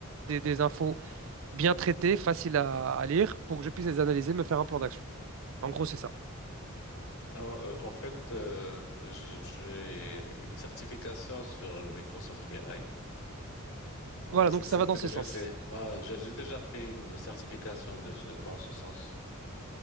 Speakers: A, on the right (about 65°); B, on the left (about 70°).
A: des, des infos bien traitées, faciles à, à lire, pour que je puisse les analyser, me faire un plan d'action. En gros, c'est ça.
B: Alors, euh, en fait, euh, je- j'ai une certification sur Microsoft BI en
A: Voilà,
B: business
A: donc ça
B: intelligence.
A: va dans ce sens.
B: Et Moi, j'ai j'ai déjà fait une certification de ce, dans ce sens.